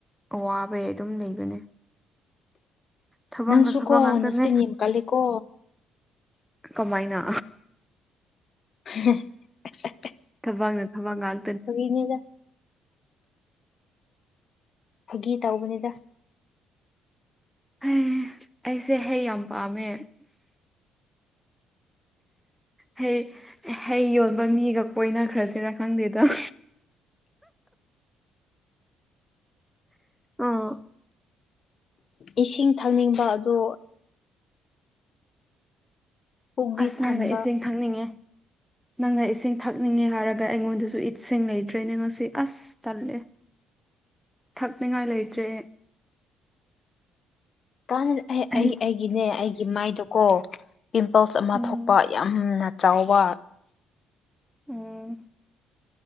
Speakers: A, in the centre; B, on the left.
A: ꯑꯋꯥꯕꯩ ꯑꯗꯨꯝ ꯂꯩꯕꯅꯦ ꯊꯕꯛꯅ
B: ꯅꯪꯁꯨꯀꯣ
A: ꯊꯕꯛ ꯉꯥꯛꯇꯅꯦ
B: ꯅꯆꯤꯟ ꯌꯥꯝ ꯀꯜꯂꯤꯀꯣ
A: ꯀꯃꯥꯏꯅ
B: <inaudible>
A: ꯊꯕꯛꯅ ꯊꯕꯛ ꯉꯥꯟ
B: ꯐꯥꯒꯤꯅꯤꯗ ꯐꯥꯒꯤ ꯇꯧꯕꯅꯤꯗ
A: ꯍꯩ ꯑꯩꯁꯦ ꯍꯩ ꯌꯥꯝ ꯄꯥꯝꯃꯦ ꯍꯩ ꯍꯩ ꯌꯣꯟꯕ ꯃꯤꯒꯥ ꯀꯣꯏꯅ ꯒꯔꯁꯤꯔꯥ ꯈꯪꯗꯦꯗ ꯑꯣ
B: ꯏꯁꯤꯡ ꯊꯛꯅꯤꯡꯕ ꯑꯗꯣ ꯄꯨꯛꯗꯤ
A: ꯑꯁ
B: ꯊꯟꯕ
A: ꯅꯪꯒ ꯏꯁꯤꯡ ꯊꯛꯅꯤꯡꯉꯦ ꯅꯪꯅ ꯏꯁꯤꯡ ꯊꯛꯅꯤꯡꯉꯦ ꯍꯥꯏꯔꯒ ꯑꯩꯉꯣꯟꯗꯁꯨ ꯏꯠꯁꯤꯡ ꯂꯩꯇ꯭ꯔꯦꯅꯦ ꯉꯁꯤ ꯑꯁ ꯇꯜꯂꯦ ꯊꯛꯅꯤꯡꯉꯥꯏ ꯂꯩꯇ꯭ꯔꯦ꯫
B: ꯗꯅꯗꯤ ꯑꯦ ꯑꯩꯒꯤ
A: ꯑꯩ
B: ꯑꯩꯒꯤꯅꯦ ꯑꯩꯒꯤ ꯃꯥꯏꯗꯀꯣ ꯄꯤꯝꯄꯜꯁ ꯑꯃ
A: ꯎꯝ
B: ꯊꯣꯛꯄ ꯌꯥꯝꯅ ꯆꯥꯎꯕ
A: ꯎꯝ꯫